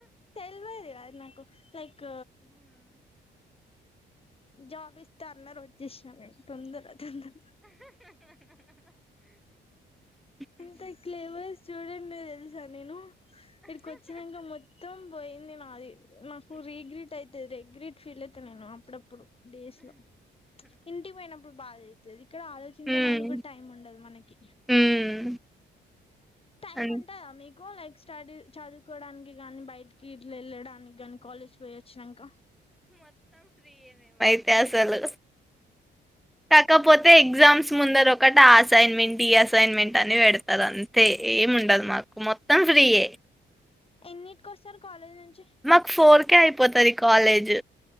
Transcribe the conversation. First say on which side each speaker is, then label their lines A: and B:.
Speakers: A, on the left; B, in the centre.
A: తెల్వేదిల అఐ నాకు నాక్ జాబ్ ఇస్తే అందరు వచ్చేస్తాం మేం తొందర తొందర
B: అ
A: ఇంత క్లేవర్స్ చూడండి మీరు తెదు సార్ నేను ఇక్కడికి వచ్చినా ఇంకా మ మొత్తం పోయింది నాది నాకు రీగ్రెట్ అయితే రిగ్రెట్ ఫీల్ అయితే నేను అప్పుడ ఇప్పుడు డేస్ లో ఇంటికి పోయినప్పుడు బాధ తెవి ఇక్కడ ఆలోచించడానికి
B: హ్మ్
A: కూడా టైం ఉండదు మనకి
B: హ్మ్
A: టైమ్
B: అన్
A: ఉంటందా మీకు లైక్ స్టడీ చదువుకోవడానికి గానీ బయటికి ఇట్లా వెళ్ళడానికి కానీ కాలేజ్కి పోయి వచ్చినాక
B: ఇతిసాలు కాకపోతే ఎగ్జామ్ ముందర ఒకటి ఆ అసైన్మెంట్ అసైన్మెంట్ అని పెడతారు అంతే ఏం ఉండదు మాకు మొత్తం ఫ్రీయ
A: ఎన్నింటిక వస్తారు కాలేజ్ నుంచి
B: మాకు ఫోర్ కేే అయిపోతారు కాలేజ్